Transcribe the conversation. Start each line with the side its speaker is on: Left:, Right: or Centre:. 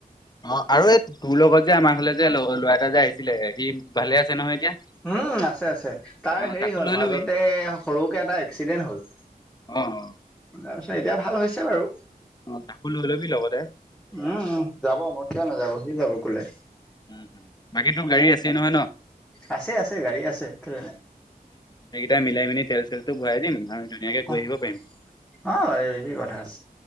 Left: অ আৰু এই তোৰ লগত যে আমাৰ ফালে যে ল'ৰা এটা যে আহিছিলে, সি ভালে আছে নহয় এতিয়া?
Centre: উম আছে আছে তাৰ
Left: অ
Centre: হেৰি
Left: তাকো
Centre: হ'ল
Left: লৈ
Centre: মাজতে
Left: লবি
Centre: সৰুকে এটা এক্সিডেণ্ট হ'ল।
Left: অ'।
Centre: তাৰপিছত এতিয়া ভাল হৈছে বাৰু।
Left: অ', তাকো লই লবি লগত।
Centre: উম যাব মই কিয় নাযাব সি যাব ক'লে।
Left: উম উম বাকী তোৰ গাড়ী আছে নহয় ন'।
Centre: আছে, ৎআছে গাড়ী আছে তেল নাই।
Left: সেইকেইটা মিলাই মেলি তেল চেলতো ভৰাই দিম ধুনীয়াকে গৈ
Centre: অ', অ',
Left: আহিব পাৰিম
Centre: বাৰিবি <unintelligible> কথাছ